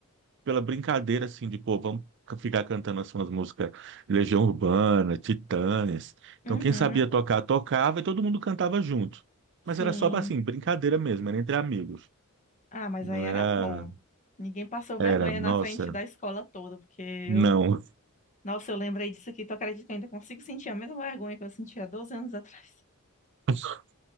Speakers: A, on the right (about 55°); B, on the left (about 35°).
A: pela brincadeira, assim, de, pô, vamos ca- ficar cantando assim, umas músicas Legião Urbana, Titãs. Então,
B: Uhum,
A: quem sabia tocar, tocava e todo mundo cantava junto. Mas
B: sim.
A: era só, assim, brincadeira mesmo, era entre amigos.
B: Ah, mas
A: Não
B: aí era
A: era...
B: bom. Ninguém passou vergonha
A: Era, nossa...
B: na frente da escola toda, porque eu
A: Não.
B: Nossa, eu lembrei disso aqui. Tu acredita que eu ainda consigo sentir a mesma vergonha que eu sentia há 12 anos atrás?
A: <laughs>